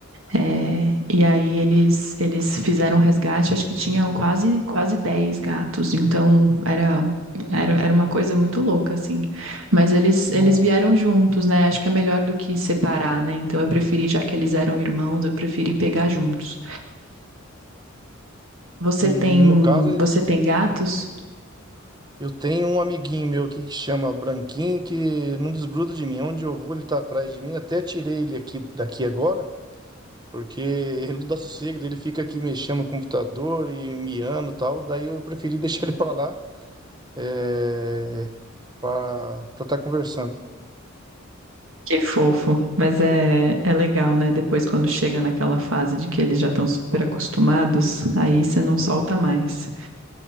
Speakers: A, on the right (about 70°); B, on the right (about 20°).
A: é, e aí eles eles fizeram um resgate, acho que tinha quase quase 10 gatos, então era era, era uma coisa muito louca, assim. Mas eles,
B: Nossa.
A: eles vieram juntos, né? Acho que é melhor do que separar, né? Então eu preferi, já que eles eram irmãos, eu preferi pegar juntos. Você
B: E
A: tem,
B: no caso, eles,
A: você tem gatos?
B: eu tenho um amiguinho meu aqui que chama Branquinho, que não desgruda de mim. Onde eu vou, ele tá atrás de mim. Até tirei ele aqui daqui agora. Porque ele não dá sossego, daí ele fica aqui mexendo no computador e miando e tal. Daí eu preferi <laughs> deixar ele pra lá é, para estar conversando.
A: Que fofo, mas é, é legal, né? Depois, quando chega naquela fase de que eles já estão super acostumados, aí você não solta mais.